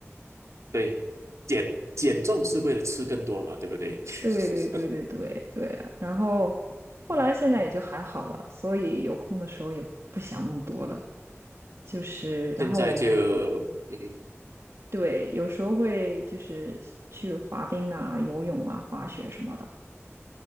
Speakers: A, on the right; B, on the right.
A: 对，减减重是为了吃更多嘛，对不对？<laughs>
B: 对对对对对对啊。然后后来现在也就还好了，
A: 嗯嗯
B: 所以有空的时候也不想那么多了。
A: 嗯
B: 就是，然后我们
A: 现在就，嗯，
B: 对有时候会就是去滑冰啊、游泳啊、滑雪什么的。